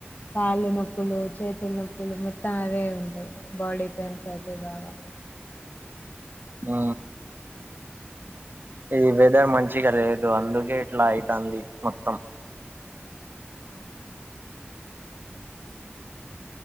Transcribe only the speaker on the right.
ఆ ఇది వెదర్ మంచిగా లేదు అందుకే ఇట్లా అయితాంది మొత్తం